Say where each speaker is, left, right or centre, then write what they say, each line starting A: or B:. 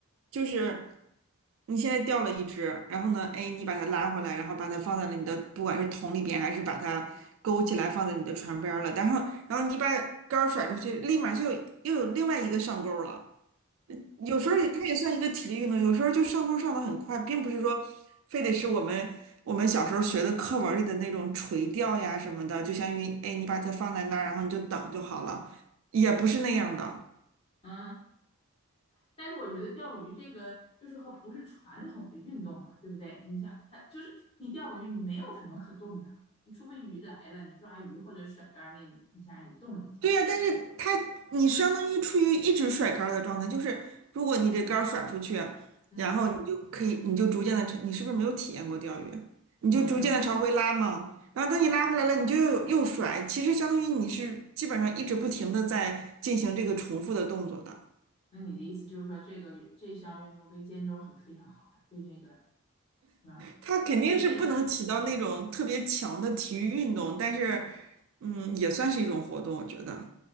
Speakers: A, on the right; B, on the left.
A: 就是你现在钓了一只，然后呢，哎，你把它拉回来，然后把它放在了你的不管是桶里边，还是把它勾起来放在你的船边儿了，然后然后你把杆儿甩出去，立马就有又有另外一个上钩了。有时候也它也算一个体力运动，有时候就上钩上的很快，并不是说非得是我们我们小时候学的课文里的那种垂钓呀什么的，就相当于哎，你把它放在那儿，然后你就等就好了，也不是那样的。
B: 嗯，但是我觉得钓鱼这个就是和不是传统的运动嘛，对不对？你想，它就是你钓鱼，你没有什么可动的，你除非鱼来了，你抓鱼或者甩竿那一下你动了一下，
A: 对呀，但是他你相当于处于一直甩杆儿的状态，就是如果你这杆儿甩出去，
B: 嗯，
A: 然后你就可以，你就逐渐的，你是不是没有体验过钓鱼？你就逐渐的朝回拉嘛，
B: 我没有体验过。
A: 然后等你拉回来了，你就又又甩，其实相当于你是基本上一直不停的在进行这个重复的动作的，
B: 那你的意思就是说，这个这项运动对肩周很非常好了，对这个是吧会治疗
A: 它肯定是不能起到那种特别强的体育运动，但是嗯，也算是一种活动，我觉得，